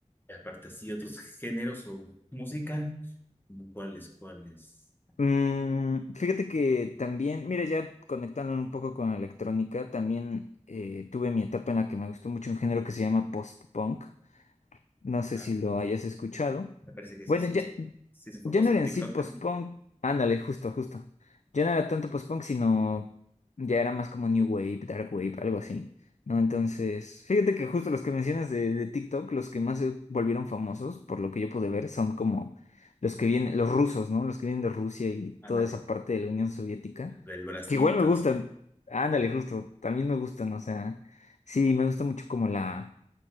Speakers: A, on the left; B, on the left.
A: y aparte sí, otros géneros o música, como cuáles, cuáles.
B: Mm, fíjate que también, mira, ya conectándolo un poco con la electrónica, también eh, tuve mi etapa en la que me gustó mucho un género que se llama post-punk. No sé
A: Ah,
B: si lo hayas escuchado.
A: me parece que
B: Bueno,
A: sí, sí,
B: ya,
A: sí es famoso
B: ya no era
A: en
B: en
A: TikTok,
B: sí post-punk.
A: ¿no?
B: Ándale, justo, justo. Ya no era tanto post-punk, sino ya era más como New Wave, Dark Wave, algo así. ¿No? Entonces, fíjate que justo los que mencionas de, de TikTok, los que más se volvieron famosos, por lo que yo pude ver, son como los que vienen, los rusos, ¿no? Los que vienen de Rusia y
A: Ándale,
B: toda esa parte de la Unión Soviética,
A: del Brasil
B: que igual
A: y todo
B: me gustan.
A: eso,
B: Ándale, justo, también me gustan, o sea, sí, me gusta mucho como la